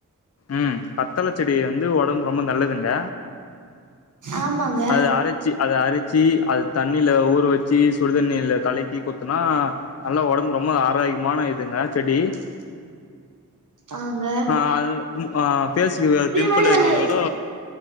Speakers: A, on the left (about 50°); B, on the right (about 65°).
A: ம் கத்தழ செடி வந்து ஒடம்புக் ரொம்ப நல்லதுங்க
B: ஆமாங்க
A: அது அரச் அத அரிச்சி அத் தண்ணில ஊற வச்சி சுடுதண்ணியில கலக்கி குத் தினா நல்லா ஒடம்பு ரொம்ப ஆரோக்ய்மான இதுங்க செடி
B: <inaudible> ஆ ங்க
A: அ அது ஆ ஃபேசுகு பிம்பிள்
B: மாரி
A: என்னவந்தா
B: அது
A: கூட